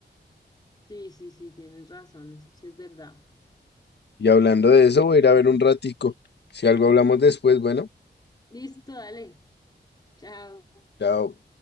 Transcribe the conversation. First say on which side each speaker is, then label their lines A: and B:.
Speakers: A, on the left; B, on the left.
A: sí, sí, sí, tienes razón, eso sí es verdad.
B: Y hablando de eso, voy a ir a ver un ratico. Si algo hablamos después, bueno,
A: Listo, dale, chao.
B: chao.